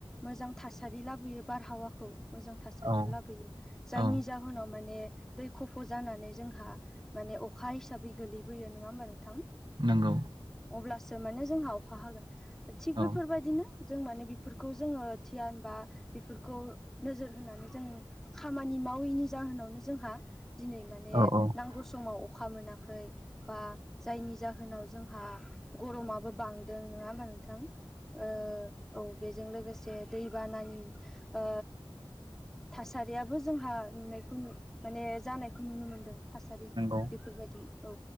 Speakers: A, in the centre; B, on the right.
A: मोजां थासारि लाबोयो बारहावाखौ मोजां थासारियाव
B: औ
A: लाबोयो जायनि
B: औ
A: जा उनाव माने दै खफ' जानानै जोंहा माने अखा हिसाबै गोलैबोयो नोङा होमबा नोंथां
B: नोंगौ
A: अब्लासो माने जोंहा अखा हागोन थिग
B: औ
A: बेफोरबायदिनो जों माने बेफोरखौ जोङो दियान बा बेफोरखौ नोजोर होनानै जों खामानि मावैनि जाहोनावनो जोंहा दिनै माने
B: औ औ
A: नांगौ समाव अखा मोनाखै बा जायनि जाहोनाव जोंहा गरमाबो बांदों नङा हबा नोंथां ओ औ बेजों लोगोसे दैबानानि ओ थासारियाबो जोंहा नुनायखौ माने जानायखौ नुनो मोनदों थासारि
B: नंगौ
A: बेफोरबायदि औ